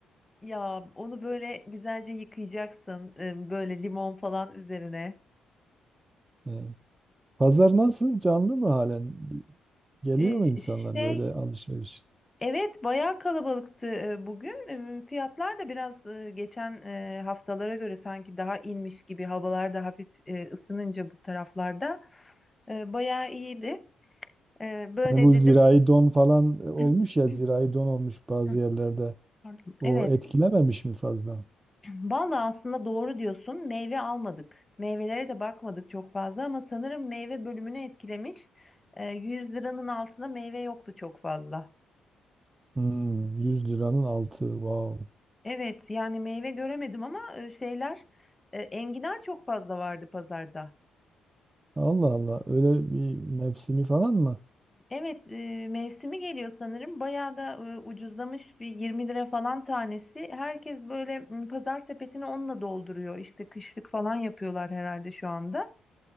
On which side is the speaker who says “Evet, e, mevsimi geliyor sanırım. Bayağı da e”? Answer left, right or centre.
Left